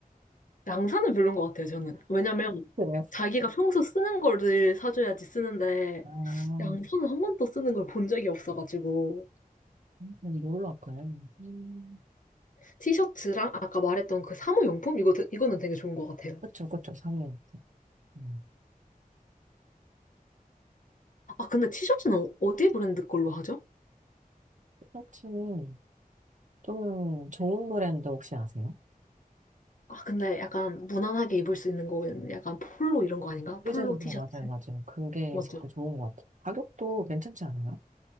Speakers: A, on the left; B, on the right.
A: 양산은 별론 것 같아요 저는. 왜냐면
B: 그래요?
A: 자기가 평소 쓰는 거를 사줘야지 쓰는데
B: 아,
A: 양산은 한 번도 쓰는 걸 본 적이 없어가지고
B: 음, 뭘로 할까요? 음,
A: 티셔츠랑 아까 말했던 그 사무용품 이거 되- 이거는 되게 좋은 것 같아요.
B: 그쵸, 그쵸, 사모님. 음,
A: 아 근데 티셔츠는 어- 어디 브랜드 걸로 하죠?
B: 셔츠는 좀 좋은 브랜드 혹시 아세요?
A: 아, 근데 약간 무난하게 입을 수 있는 거는 약간 폴로 이런 거 아닌가?
B: 프리저도
A: 폴로 티셔츠.
B: 어, 맞아요, 맞아요. 그게
A: 맞죠?
B: 진짜 좋은 것 같아요. 가격도 괜찮지 않아요?